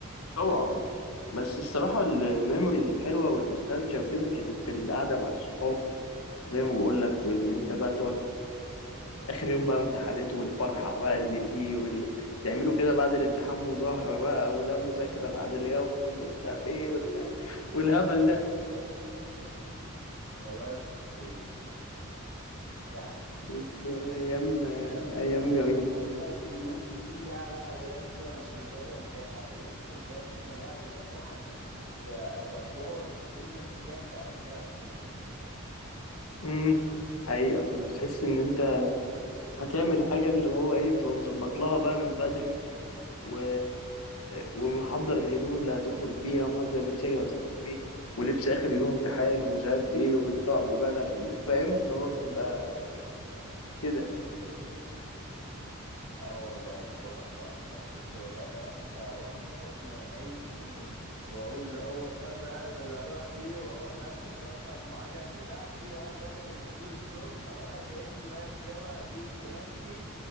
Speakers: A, on the left; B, on the right.
A: طبعا بس الصراحه ال- الميموريز الحلوه والنوستالجيا وكده كانت في القعده مع الصحاب زي ما بقول لك واللي انت بقى تقعد اخر يوم بقى امتحانات والفرحه بقى اللي فيه وال... تعملوا كده بعد الامتحان مظاهره بقى ولا مذاكره بعد اليوم ومش عارف ايه وال... والهبل ده
B: والله يا اسطى ترو يعني
A: بس ايام
B: بجد
A: ايام
B: بجد
A: جميله
B: خروجات اخر يوم دي لا لا بجد انا مش مش قادر انساها يا اسطى بجد كان الواحد بيبقى فيه حماس آه، جبار انرجي كده ما تعرفش جالك منين
A: امم حقيقه بتحس ان انت هتعمل حاجه اللي هو ايه بتبقى مظبط لها بقى من بدري و... ومحضر الهدوم اللي هتخرج بيها محضر لبسك اللي هتخرج بيه ولبس اخر يوم امتحان ومش عارف ايه والطقم بقى اللي هتلبسه فاهم اللي هو بتبقى كده
B: اه والله يعني والله الطقم ده انا كنت ببقى فاهم ده واخده في حضني وانا نايم <laughs> واقول اللي هو ده فاهم اللي هروح بيه وهو فاهم الشنطه ام عجل بتاعتي وانا داخل الطابور الصبح وانا كاني فاهم لواء جيش في نفسي